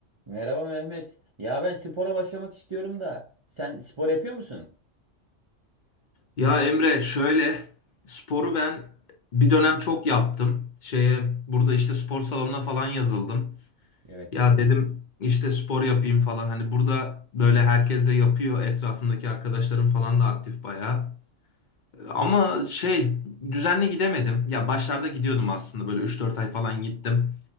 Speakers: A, on the right; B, on the left.
A: Merhaba Mehmet. Ya ben spora başlamak istiyorum da sen spor yapıyor musun?
B: Ya Emre şöyle sporu ben bir dönem çok yaptım. Şeye burada işte spor salonuna falan yazıldım.
A: Evet
B: Ya
A: Mehmet.
B: dedim işte spor yapayım falan. Hani burada böyle herkes de yapıyor. Etrafımdaki arkadaşlarım falan da aktif bayağı. Ama şey düzenli gidemedim. Ya başlarda gidiyordum aslında böyle üç dört ay falan gittim.